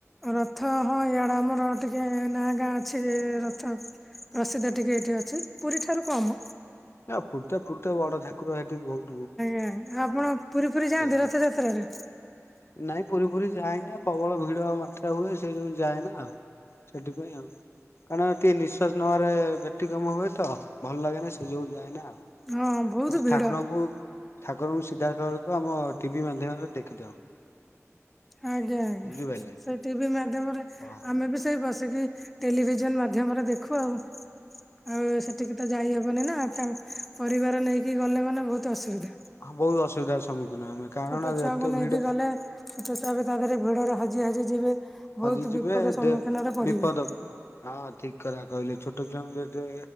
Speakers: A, in the centre; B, on the left.
A: ରଥ ହଁ ଇଆଡେ ଆମର ଟିକେ ନାଁ ଗାଁ ଅଛି ଯେ ରଥ ପ୍ରସିଦ୍ଧ ଟିକେ ଏଇଠି ଅଛି ପୁରୀ ଠାରୁ କମ।
B: ନା <unintelligible> ବଡ ଠାକୁର ହେଟି ବହୁ
A: ହଁ ଆପଣ ପୁରୀ ଫୁରୀ ଯାଆନ୍ତି
B: ହୁଏ
A: ରଥଯାତ୍ରାରେ?
B: ନାଇଁ ପୁରୀ ଫୁରୀ ଯାଏ ନା ପ୍ରବଳ ଭିଡ ମାତ୍ରା ହୁଏ ସେଇ ଯୋଉ ଯାଏ ନା ଆଉ। ସେଥିପାଇ ଆଉ <unintelligible> କାରଣ ଟିକେ ନିଶ୍ୱାସ ନେବାରେ ବ୍ୟତିକ୍ରମ ହୁଏ ତ ଭଲ ଲାଗେ ନା ସେ ଯୋଗୁଁ ଯାଏନା ଆଉ କିନ୍ତୁ
A: ହଁ ବହୁତ ଭିଡ
B: ଠାକୁରଙ୍କୁ ଠାକୁରଙ୍କୁ ସିଧାଥଳକୁ ଆମ ଟିଭି ମାଧ୍ୟମରେ ଦେଖିଥାଉ
A: ଆଜ୍ଞା ଆଜ୍ଞା
B: ବୁଝିପାରିଲେ।
A: ସେଇ ଟିଭି ମାଧ୍ୟମରେ
B: ଓହୋ।
A: ଆମେ ବି ସେଇ ବସିକି ଟେଲିଭିଜନ ମାଧ୍ୟମରେ ଦେଖୁ ଆଉ ଆଉ ସେଠିକ ତ ଯାଇହବନି ନା ପରିବାର ନେଇକି ଗଲେ ମାନେ ବହୁତ ଅସୁବିଧା
B: ହଁହୁ ଅସୁବିଧାର ସମ୍ମୁଖୀନ ଆମେ କାରଣ
A: ଛୋଟ ଛୁଆଙ୍କୁ
B: ଏତେ
A: ନେଇକି
B: ଭିଡ
A: ଗଲେ ଛୋଟ ଛୁଆ ବି ତା ଦେହରେ ଭିଡରେ ହାଜି ହାଜି ଯିବେ
B: ହଜିଯିବେ
A: ବହୁତ ବିପଦ ସମ୍ମୁଖୀନରେ
B: ଦେ
A: ପଡିବେ
B: ବିପଦ ହଁ ଠିକ କରା କହିଲ ଛୋଟ ଛ ଯେେ